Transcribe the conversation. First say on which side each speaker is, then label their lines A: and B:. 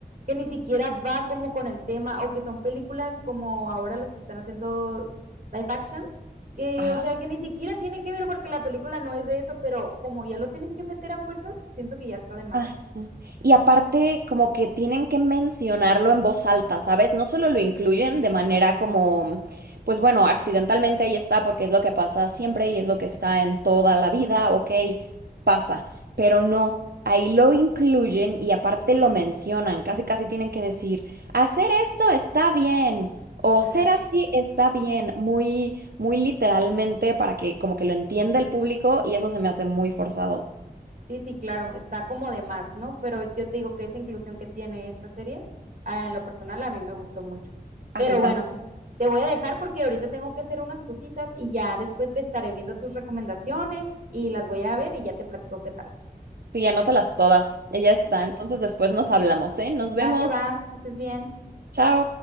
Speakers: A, on the right; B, on the right.
A: que ni siquiera va como con el tema, o que son películas como ahora los que están haciendo live action, que
B: Ajá.
A: o sea que ni siquiera tiene que ver porque la película no es de eso, pero como ya lo tienen que meter a fuerzas, siento que ya está de más.
B: Ajá. Y aparte, como que tienen que mencionarlo en voz alta, ¿sabes? No solo lo incluyen de manera como, pues bueno, accidentalmente ahí está porque es lo que pasa siempre y es lo que está en toda la vida, ok, pasa, pero no, ahí lo incluyen y aparte lo mencionan, casi casi tienen que decir, hacer esto está bien. O
A: Ajá.
B: ser así está bien, muy, muy literalmente para que como que lo entienda el público y eso se me hace muy forzado.
A: Sí, sí, claro, está como de más, ¿no? Pero yo te digo que esa inclusión que tiene esta serie, ah, en lo personal, a mí me gustó mucho.
B: A
A: Pero
B: mí también.
A: bueno, te voy a dejar porque ahorita tengo que hacer unas cositas y ya después estaré viendo tus recomendaciones y las voy a ver y ya te platico qué tal.
B: Sí, anótalas todas. Ella está.
A: Sí,
B: Entonces después nos hablamos, ¿eh? Nos vemos.
A: va que va, que estés bien.
B: Chao.